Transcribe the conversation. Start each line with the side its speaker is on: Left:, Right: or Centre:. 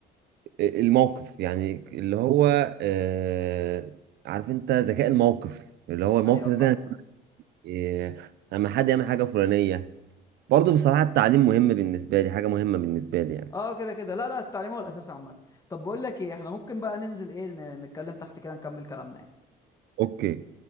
Right: الموقف يعني اللي هو آه، عارف انت ذكاء الموقف اللي هو الموقف
Left: ايوه فاهم
Right: ده زي- إيه، لما حد يعمل حاجه فلانيه برضه بصراحه التعليم مهم بالنسبه لي حاجه مهمه بالنسبه لي يعني
Left: اه كده كده لا لا التعليم هو الاساس عامه طب بقول لك ايه احنا ممكن بقى ننزل ايه ن- نتكلم تحت كده نكمل كلامنا يعني.
Right: اوكي